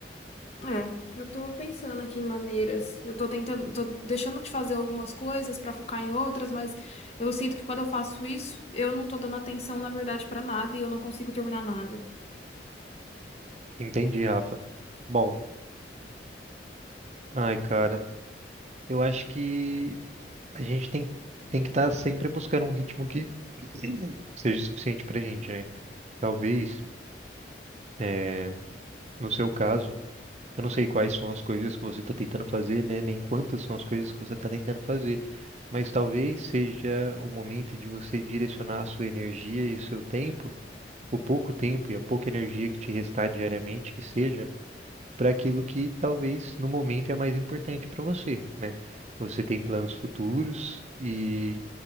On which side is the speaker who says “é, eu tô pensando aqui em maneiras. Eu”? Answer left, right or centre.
Left